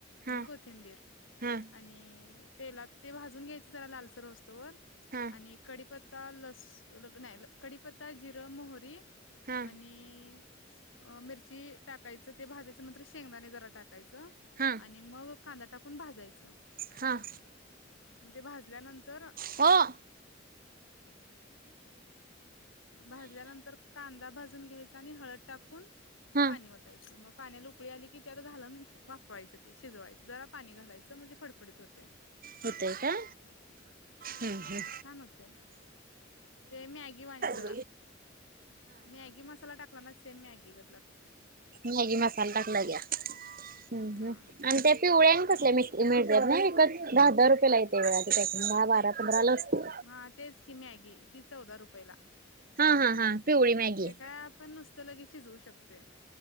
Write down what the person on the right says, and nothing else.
हा
हा
हा
हा
हा
हां.
हा.
हा
होतय का? हम्म
<unintelligible>
मॅगी मसाल टाकलय ग्या, हम्म
हम्म. आणि त्या पिवळ्या आणि कसल्या मिळत्यात ना विकत, दहा दहा रुपययाला येते वे पॅकिंग दहा बारा पंधरा ला असते.
हा हा हा पिवळी मॅगी,